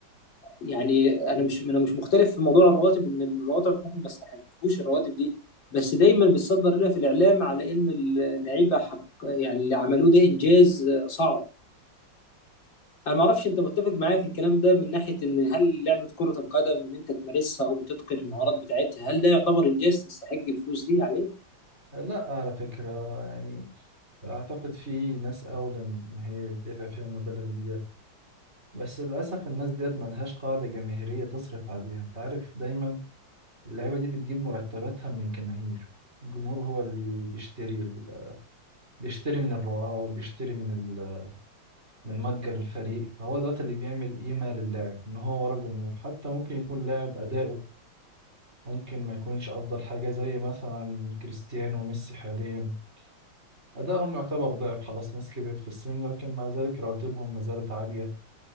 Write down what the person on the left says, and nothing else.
يعني انا مش انا مش مختلف في موضوع الرواتب ان الرواتب ممكن ما استحقوش الرواتب دي بس دايما بتصدر لنا في الاعلام على ان اللعيبه حق يعني اللي عملوه ده انجاز آه، صعب انا ما اعرفش انت متفق معايا في الكلام ده من ناحيه ان هل لعبه كره القدم ان انت تمارسها او تتقن المهارات بتاعتها هل ده يعتبر انجاز تستحق الفلوس دي عليه